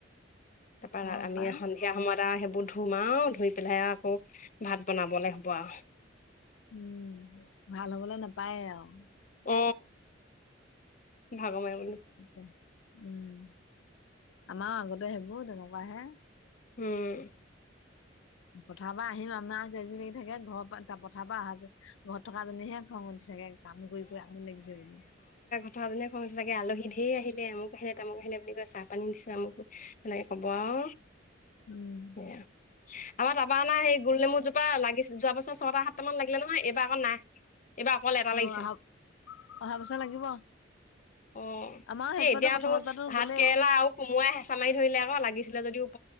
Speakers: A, on the left (about 45°); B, on the left (about 85°).
A: তাৰপাৰ
B: অ
A: আমি
B: পাই
A: সন্ধিয়া সময় সেইবোৰ ধুম আৰু ধুই পেলাই আকৌ ভাত বনাবলে হ'ব আৰু
B: উম ভাল হবলৈ নাপায়ে আৰু
A: অ ভাগমই
B: উম আমাৰ আগতে সেইবোৰ তেনেকোৱা হে
A: উম
B: পথাৰ পৰা আহিম আমাৰি থাকে ঘৰৰ পথাৰ পৰা অহা যে। ঘৰত থকা জনিহে খং উঠি থাকে কাম কৰি কৰি আমনি লাগিছে বুলি
A: খনে খং লাগে আলহী ঢৰ আহিলে আমু আহেনে তামুো আহেনে বুলি কয় চাহ পানী দিছো আমু সেনেকে ক'ব আৰু
B: উম,
A: সেইয়া আমাৰ তাৰপা না সেই গোল নেমুজোপা কিবা লাগিছিল যোৱা বছৰ ছটা সাতটা মান লাগিলে নহয় এইবাৰ আকৌ নাই এইবাৰ অকল এটা
B: অ
A: লাগিছে
B: অহা অহা বছৰ লাগিব
A: অ
B: আমাৰ
A: সেই
B: সেইজোপাতো
A: এতিয়াতো
B: প্ৰথম জোপাতো
A: ভাত
B: গ'লেই
A: কেৰেলা আৰু কোমোৰাই হেঁচা মাৰি ধৰিলে আকৌ লাগিছিলে যদিও <unintelligible>